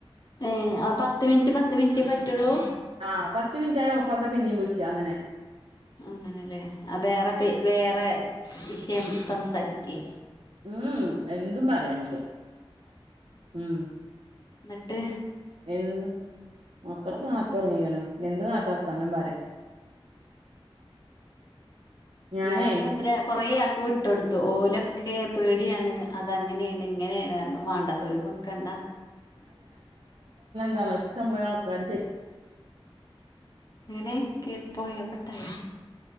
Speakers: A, on the left; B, on the right.
A: ഏ അ പത്ത് മിൻറ്റ് പത്ത് മിൻറ്റേ പറ്റൊള്ളൂ.
B: ആഹ് പത്ത് മിനിറ്റായ ഓഫാക്കാ പിന്നീം വുൾച്ചാ അങ്ങനെ.
A: അങ്ങനെലെ ആ വേറെ പേ വേറെ വിഷയം സംസാരിക്ക്
B: ഇം എന്തും പറയമ്മക്ക് ഇം
A: എന്നട്ട്
B: എന്ത് മക്കളൊക്കെ നാർത്തെ ഒർങ്ങീക്ക്ണ്. എന്ത് നാട്ടാർത്താനും പറയാം ഞാനേ
A: ഞാനും ഒന്നര കൊറേ പൂ ഇട്ടൊടുത്തു ഓലൊക്കെ പേടിയാണ് അതങ്ങനെയാണ് ഇങ്ങനെയാണ് കാരണം മാണ്ട ത്തോലും വെക്കണ്ട
B: താന്ന് ഇഷ്ടം പോലെ ആൾക്കാര് ചെയ്
A: അങ്ങനെ കേട് പോയി ഒക്കട്ടെ